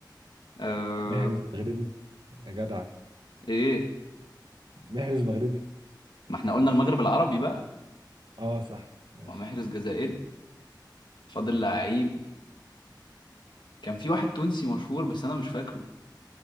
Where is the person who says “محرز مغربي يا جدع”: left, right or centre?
Right